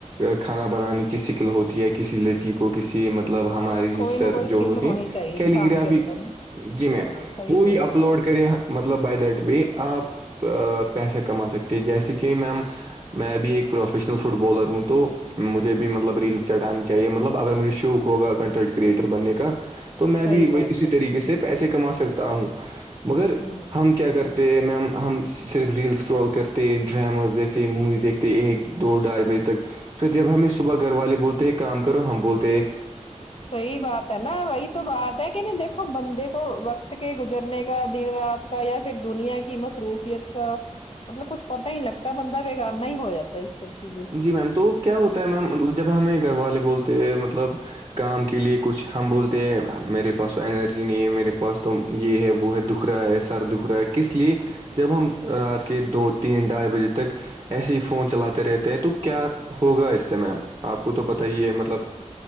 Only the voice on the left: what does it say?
ہاں
کوئی
نہ کوئی اسکل
ہونی
چاہیے
انسان کے اندر نا
ہاں صحیح
بولنا
آپ نے
صحیح
بات
ہے
ہوں
ہوں
صحی بات ہے نا وہی تو بات ہے نہیں دیکھو بندے کو وقت کے گزرنے کا دن رات کا یا پھر دنیا کی مصروفیت کا مطلب کچھ پتا ہی نہیں لگتا بند بیگاننا ہی ہواتا ہے اس سب چیزوں سے